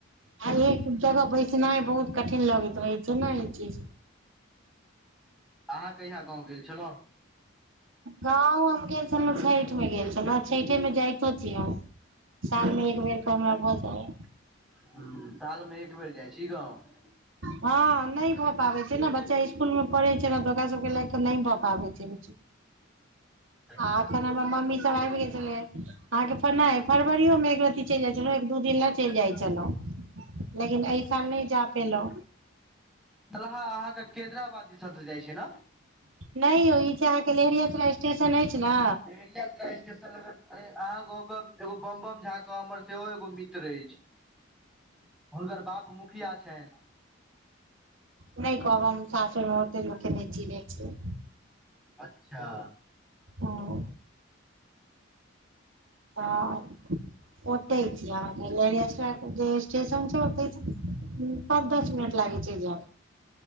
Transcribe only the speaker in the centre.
अहाँ कहिया गाँव गेल छलहुँ।
हुँ साल में एक बेर जाइ छी गाँव।
अच्छा
बल्हा अहाँके केैदराबाद दिसनलसँ जाइ छियै ने?
लेहेरिया सराय स्टेशन लग अहाँ गाँंव के, एगो बमबम झा कऽ हमर सेहो एगो मित्र अइछ। हुनकर बाप मुखिया छैन।
अच्छा!